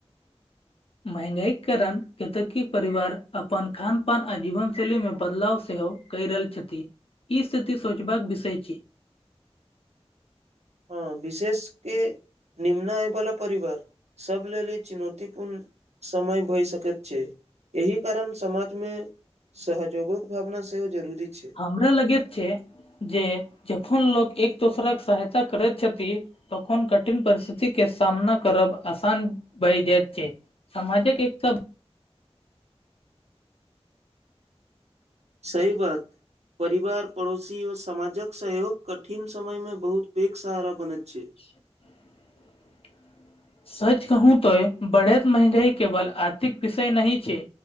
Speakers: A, on the left (about 60°); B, on the right (about 80°).
A: महगाई करण केतेकी परिवार अपन खान - पान आ जीवन शैली मे बदलाव सेहो कैय रहल छथि ई स्थिति सोचबाक विषय छी
B: हँ विशेष केँ निम्नय वला परिवार सभ लेल ई चुनौतीपूर्ण समय भए सकैत छै एहि कारण समाजमे सहजोगक भावना सेहो जरूरी छै
A: हमरा लगैत छै जे जखन लोग एक दोसरा केँ सहायता करे छथि तखन कठिन परिस्थिति केँ सामना करब आसान भय जाइत छै समाजक एकता
B: सही बात परिवार पड़ोसी औ समाजक सहयोग कठिन समय मे बहुत पैघ सहारा बनैत छै
A: <inaudible> सैच कहू तैय बढ़ैत महंगाई केवल आर्थिक विषय नही छै